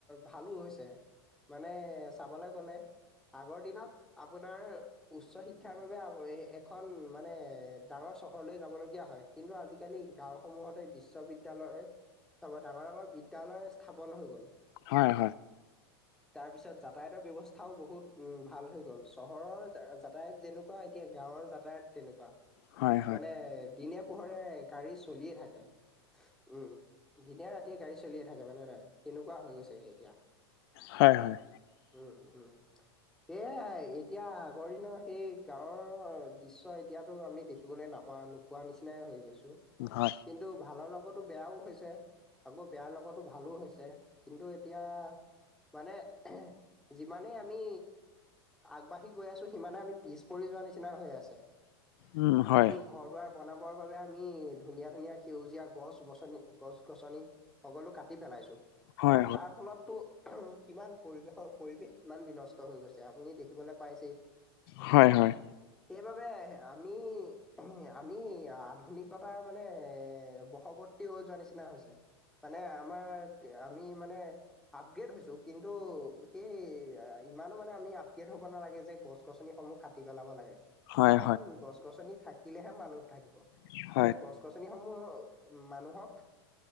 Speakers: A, in the centre; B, on the left (about 65°).
A: ভালো হৈছে মানে চাবলৈ গলে আগৰ দিনত আপোনাৰ উচ্চ শিক্ষাৰ বাবে এখন মানে ডাঙৰ চহৰলৈ যাবলৈ <unintelligible> হয় কিন্তু আজিকালি গাওঁসমূহতে <unintelligible> বিশ্ববিদ্যালয় তাপা ডাঙৰ ডাঙৰ বিদ্যালয় স্থাপন হৈ গ'ল
B: হয় হয়
A: তাৰ পিছত যাতায়তৰ ব্যৱস্থাও বহুত উম ভাল হৈ গল চহৰৰ যাতায়ত যেনেকুৱা এতিয়া গাঁৱৰ যাতায়ত তেনেকুৱা
B: হয়
A: মানে দিনে পোহৰে গাড়ী চলিয়ে থাকে উম দিনে ৰাতিয়ে গাড়ী চলিয়ে থাকে মানে নহয় তেনেকুৱা হৈ গৈছেগে এতিয়া
B: হয় হয়
A: উম উম সেয়াই এতিয়া আগৰ দিনৰ সেই গাঁৱৰ দৃশ্য এতিয়াতো আমি দেখিবলৈ নাপা নোপোৱা নিচিনা হৈ গৈছো
B: হয়
A: কিন্তু ভালৰ লগত বেয়াও হৈছে আকৌ বেয়াৰ লগতো ভালো হৈছে কিন্তু এতিয়া মানে যিমানেই আমি আগবাঢ়ি গৈ আছোঁ সিমানে আমি পিছ পৰি যোৱাৰ নিচিনা হৈ আছে
B: উম হয়
A: এই ঘৰ দুৱাৰ বনাবৰ বাবে আমি ধুনীয়া ধুনীয়া সেউজীয়া গছ গছনি গছ গছনি সকলো কাটি পেলাইছো
B: হয়
A: <unintelligible> আৰু
B: হয়
A: তাৰ ফলতো উম কিমান পৰিৱেশৰ পৰিৱেশ কিমান বিনষ্ট হৈ গৈছে আপুনি দেখি <unintelligible> শিকিবলৈ পাইছেই
B: হয় হয়
A: সেইবাবে আমি আমি আধুনিকতাৰ মানে বশৱৰ্তী <unintelligible> তী হৈ যোৱাৰ নিচিনা হৈছে <unintelligible> মানে আমাৰ আমি মানে আপগ্ৰেড হৈছো কিন্তু সেই ইমানো মানে আমি আপগ্ৰেড হ'ব নালাগে যে গছ গছনিসমূহ কাটি পেলাব লাগে
B: হয়
A: কাৰণ গছ গছনিত <unintelligible> থাকিলেহে মানুহ থাকিব
B: হয়
A: মানে গছ গছনিসমূহ মানুহক